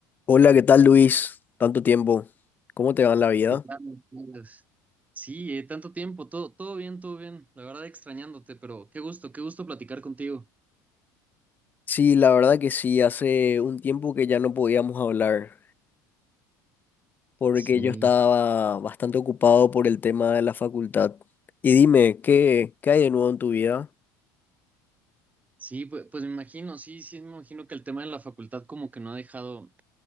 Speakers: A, on the left; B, on the right.
A: Hola, ¿qué tal Luis? Tanto tiempo. ¿Cómo te va en la vida?
B: ¿Qué tal? Carlos? Sí, eh, tanto tiempo, todo, todo bien, todo bien. La verdad extrañándote, pero qué gusto, qué gusto platicar contigo.
A: Sí, la verdad que sí, hace un tiempo que ya no podíamos hablar, porque
B: Sí,
A: yo estaba bastante ocupado por el tema de la facultad. Y dime, ¿qué, qué hay de nuevo en tu vida?
B: sí, pues, pues me imagino, sí, sí, me imagino que el tema de la facultad como que no ha dejado